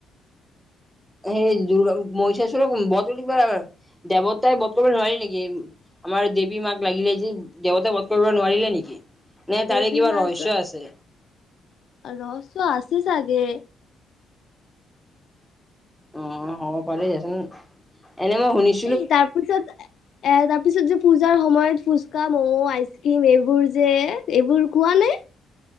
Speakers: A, in the centre; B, on the left.
A: সেই দুৰ মহিষাসুৰক বতিব দেৱতাই বধ কৰিব নোৱাৰে নেকি? আমাৰ দেৱী মাক লাগিলে যে দেৱতাই বধ কৰিব নোৱাৰিলে নেকি? নে
B: দেৱী
A: তাৰে কিবা
B: মাত
A: ৰহস্য আছে?
B: ৰহস্য আছে চাগে
A: অ হ'ব পাৰেই দিয়াচোন এনে মই শুনিছো
B: এই তাৰপিছত এ তাৰ পিছত যে পূজাৰ সময়ত ফুচকা, ম'ম, আইচ ক্ৰীম এইবোৰ যে এইবোৰ খোৱা নে?